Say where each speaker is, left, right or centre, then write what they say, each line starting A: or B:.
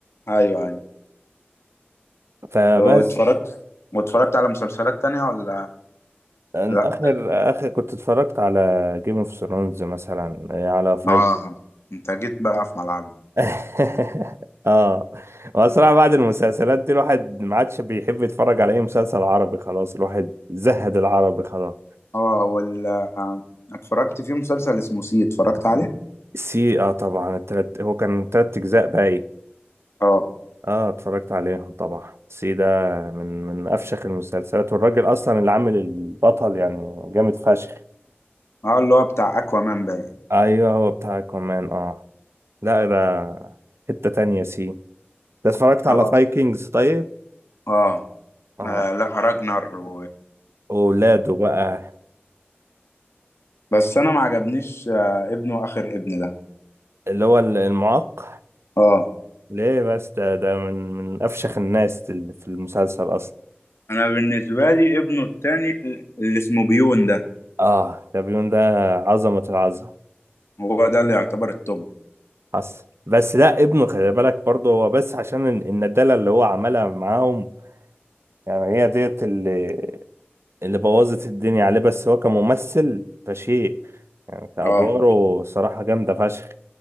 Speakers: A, on the left; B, on the right.
A: ايوه ايوه
B: فبس
A: واتفرجت واتفرجت على مسلسلات تانية ولا
B: أن-
A: لا
B: آخر آخر كنت اتفرجت على جيم اوف ثرونز مثلا على فايكنج
A: اه انت جيت بقى في ملعبي
B: <laughs> اه هو الصراحة بعد المسلسلات دي الواحد ما عادش بيحب يتفرج على اي مسلسل عربي خلاص الواحد زهد العربي خلاص
A: اه وال اتفرجت في مسلسل اسمه سي اتفرجت عليه
B: سي اه طبعا التلت هو كان تلت اجزاء بقى ايه
A: اه
B: اه اتفرجت عليهم طبعا سي ده من من افشخ المسلسلات والراجل اصلا اللي عامل البطل يعني جامد فشخ
A: اه اللي هو بتاع اكوامان باين
B: ايوه هو بتاع كمان اه لا ده حتة تانية سي ده اتفرجت
A: اه
B: على فايكنجز طيب
A: اه
B: اه
A: آه، لا راجنر و...
B: وولاده بقى
A: بس انا ما عجبنيش آه ابنه اخر ابن ده
B: اللي هو المعاق
A: اه
B: ليه بس ده ده من من أفشخ الناس اللي في المسلسل أصلا
A: انا بالنسبه لي ابنه التاني اللي اسمه بيون ده
B: آه دابيون ده عظمة العظمة
A: هو ده اللي يعتبر التوب
B: حصل بس لا ابنه خلي بالك برضه هو بس عشان ال- الندالة اللي هو عملها معاهم يعني هي ديت اللي اللي بوظت الدنيا عليه بس هو كممثل فشيء يعني كأدواره
A: اه
B: صراحة جامدة فشخ